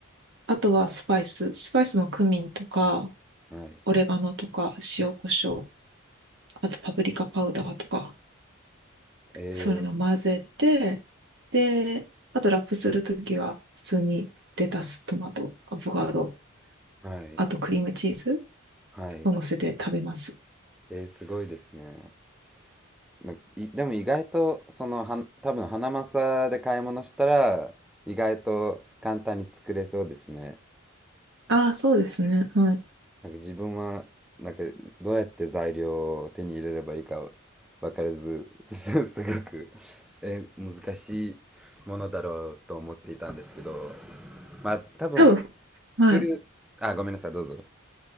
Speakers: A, on the right; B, in the centre.
A: あとはスパイス。スパイスもクミンとか、
B: はい。
A: オレガノとか、塩コショウ。あとパプリカパウダーとか、
B: えー、
A: そういうの混ぜて、で、あとラップするときは、普通にレタス、トマト、アボカド、
B: はい。
A: あとクリームチーズ
B: はい。
A: を乗せて食べます。
B: えー、すごいですね。ないでも意外と、その、は多分、ハナマサで買い物したら、意外と簡単に作れそうですね。
A: ああ、そうですね。はい。
B: なんか自分は、なんか、どうやって材料を手に入れればいいか分からず、<laughs> すごく、えー難しいものだろうと思っていたんですけど、まあ、多分、
A: 多分、
B: 作る、
A: はい。
B: あ、ごめんなさい、どうぞ。